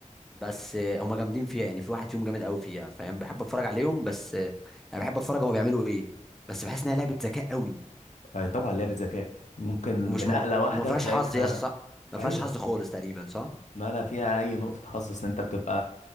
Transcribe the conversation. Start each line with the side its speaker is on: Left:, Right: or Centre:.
Centre: بس هم جامدين فيها يعني في واحد فيهم جامد قوي فيها فاهم بحب اتفرج عليهم بس انا بحب اتفرج هما بيعملوا ايه بس بحس انها لعبه ذكاء قوي
Left: آه، طبعا لعبة ذكاء ممكن
Centre: ومش
Left: بنقلة
Centre: م...
Left: واحدة
Centre: وما فيهاش
Left: تلاقيك
Centre: حظ
Left: خ...
Centre: يا اسطى صح ما
Left: ايوه
Centre: فيهاش حظ خالص تقريبا صح
Left: نقلة فيها اي نقطة حظ اصل انت بتبقى